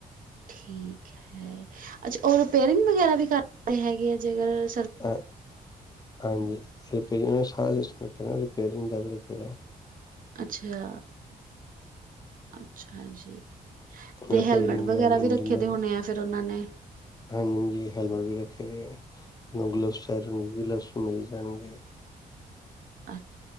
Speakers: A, on the right; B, on the left.
A: ਠੀਕ ਕ ਹੈ। ਅੱਛਾ ਉਹ ਰਿਪੇਅਰਿੰਗ ਵਗੈਰਾ ਵੀ <unintelligible> ਹੈਗੇ ਹੈਂ ਜੇ ਅਗਰ
B: ਆ ਹਾਂਜੀ, ਰਿਪੈਰਿੰਗ ਦਾ ਸਾਰਾ ਸਿਸਟਮ ਰੱਖਿਆ ਹੌਇਆ ਹੈ ਜੀ। ਪੇਯਰਿੰਗ ਦਾ ਵੀ ਰੱਖੀ ਦਾ ਹੈ।
A: ਅੱਛਾ, ਅੱਛਾ ਜੀ। ਤੇ
B: ਰਿਪੇਅਰਿੰਗ
A: ਹੈਲਮੇਟ ਵਗੈਰਾ
B: ਦਾ
A: ਵੀ
B: ਇੰਜਨ
A: ਰੱਖੇ
B: ਦਾ
A: ਦੇ ਹੋਣੇ ਐ, ਫੇਰ ਉਹਨਾਂ ਨੇ?
B: ਹਾਂਜੀ ਹਾਂਜੀ, ਹੈਗਾ ਵੀ ਰੱਖੇ ਨੇ, ਗਲਬਸ <unintelligible> ਗਲਬਸ ਮਿਲ ਜਾਣਗੇ।
A: ਅੱ